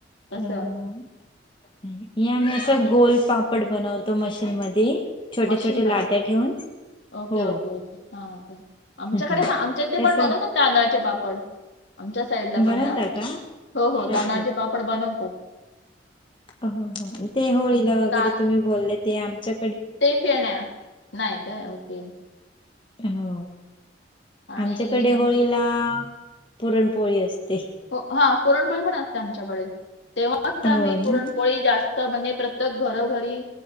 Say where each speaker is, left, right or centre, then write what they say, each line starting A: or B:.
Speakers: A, on the left; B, on the left.
A: तस.
B: अं, हे आम्ही अस
A: आणि
B: गो पापड बनवतो मशीन मध्ये छोटे
A: मशीनमध्ये
B: छोटे लाट्या ठेवून.
A: ओके
B: हो
A: ओके हा. आमच्याकडे
B: हम्म.
A: हा आमच्या इथे
B: तस
A: पण बनवतात. तांदळाचे पापड आमच्यात साईड ला
B: बनवता
A: पण ना,
B: का
A: हो हो
B: अच्छा
A: तांदळाचे पापड बनवतात.
B: हो, ते होळीला
A: हं.
B: वगैरे
A: तां
B: तुम्ही बोलले ते आमच्या
A: ते पयेण्या नाही का, ओके.
B: हो
A: आणि
B: आमच्याकडे होळीला, पुरणपोळी असते.
A: हो पुरणपोळी असते आमच्याकडे, तेव्हाच
B: हो
A: आम्ही
B: ना
A: पुरणपोळी जास्त म्हणजे प्रत्येक घरो घरी